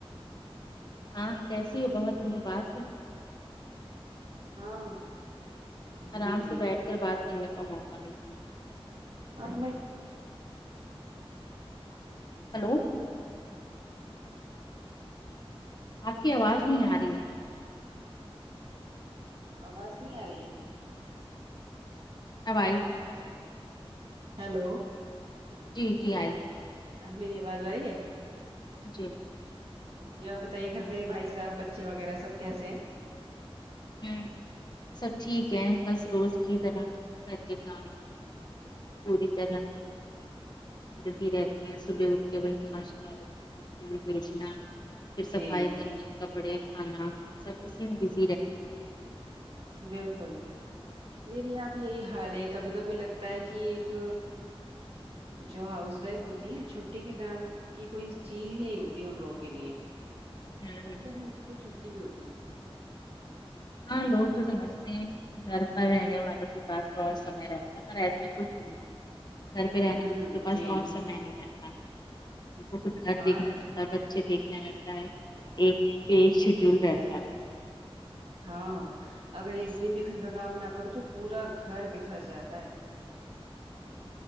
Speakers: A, on the left; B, on the right.
A: ہاں کیسی ہو بہت دنوں بات
B: ہاں جی
A: آرام
B: جی
A: سے بیٹھ
B: بہت
A: کر
B: ہاں
A: بات کرنے کا موقع مل جاے
B: آب میں ٹھیک سمجھی
A: ہیلو
B: اب
A: آپ کی آواز نہیں آ رہی ہے
B: آواز نہیں آ رہی ہے
A: اب ائی
B: ہیلو
A: جی جی آئی
B: اب میری آواز آئی ہے
A: جی
B: جی آپ بتائیے گھر میں بھائی صاحب بچے وغیرہ سب کیسے ہیں
A: ہوں سب ٹھیک ہے بس روز کی طرح گھر کے کام پوری طرح
B: جی
A: بزی رہتی صبح اٹھ کے بیٹھنا ناشتہ بچوں کو اسکول بھیجنا پھر
B: جی
A: صفائی
B: جی
A: کرنا کپڑے کھانا سب اسی میں بس
B: جی بالکل میرے یہاں بھی یہی حال ہے کبھی کبھی لگتا ہے کہ ایک جو ہاؤس وائف ہوتی ہیں چھٹی کے نام کی کوئی چیز ہی نہیں ہوتی ہے ان لوگوں کے لیے
A: ہوں
B: لگتے نہیں ان کی کوئی چھٹی بھی ہوتی ہے
A: ہاں لوگ تو سمجھتے ہیں گھر پر رہنے والوں کے پاس بہت سمے رہتا ہے پر ایسا کچھ نہیں ہے گھر پہ رہنے
B: ہوں
A: کے پاس
B: جی
A: اور سمے نہیں رہتا اور پھر گھر
B: ہاں
A: دیکھنا
B: یار
A: ہوتا بچہ ے دیکھنا رہتا ہے ایک
B: ہوں
A: ایک شیڈیول رہتا ہے
B: ہاں اگر
A: ہے
B: ایک دن بھی گھر کا کام نہ کروں تو پورا گھر بکھر جاتا ہے